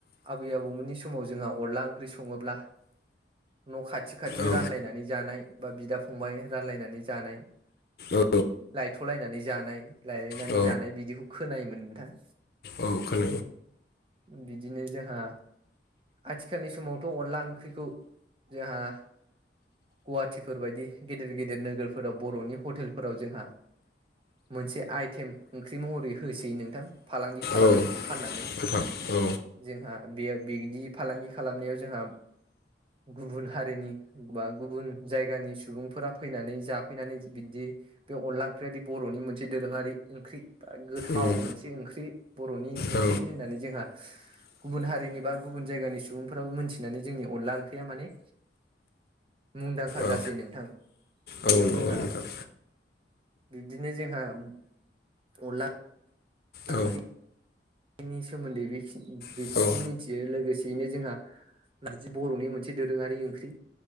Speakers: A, on the right; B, on the left.
A: आबै आबौमोननि समाव जोंहा अनला ओंख्रि सङोब्ला न' खाथि खाथि खाथि
B: औ
A: रानलायनानै जानाय बा बिदा फंबाय रानलायनानै जानाय
B: औ
A: लायथ'लायनानै जानाय लायलायनानै
B: औ
A: जानाय बिदिखौ खोनायोमोन नोंथां
B: औ खोन
A: बिदिनो जोंहा आथिखालनि समावथ' अनला ओंख्रिखौ जोंहा गुवाहाटिफोर बायदि गेदेर गेदेर नोगोरफोराव बर'नि हटेलफोराव जोंहा मोनसे आइटेम ओंख्रि महरै होसै नोंथां फालांगि खालामसै
B: औ
A: फाननानै
B: नोंथां औ
A: जोंहा बे बिदि फालांगि खालामनायाव जोंहा गुबुन हारिनि बा गुबुन जायगानि सुबुंफोरा फैनानै जाफैनानै बिदि बे अनला ओंख्रियादि बर'नि मोनसे दोरोङारि ओंख्रि गोथाव
B: उम
A: मोनसे ओंख्रि बर'नि ओंख्रि
B: औ
A: होननानै जोंहा गुबुन हारिनि बा गुबुन जायगानि सुबुंफ्राबो मोनथिनानै जोंनि अनला ओंख्रिया माने मुंदांखा
B: औ
A: जासै नोंथां
B: नंगौ
A: बेयाव जोंहा
B: नोंथां
A: बिबदिनो जोंहा अनला ओंख्रि
B: औ
A: नि सोमोन्दै बे बेफोरखौनो
B: औ
A: मिथियो लोगोसेयैनो जोंहा नारजि बर'नि मोनसे दोरोङारि ओंख्रि